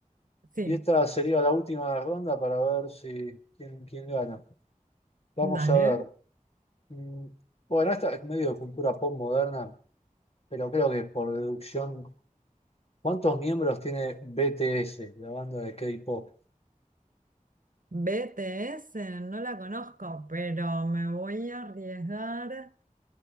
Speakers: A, on the right (about 70°); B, on the left (about 45°).
A: Sí,
B: Y esta sería la última ronda para ver si quién, quién gana. Vamos
A: dale.
B: a ver. Mm, bueno, esta es medio de cultura pop moderna pero creo que por deducción, ¿cuántos miembros tiene BTS, la banda de K-pop?
A: BTS, no la conozco, pero me voy a arriesgar,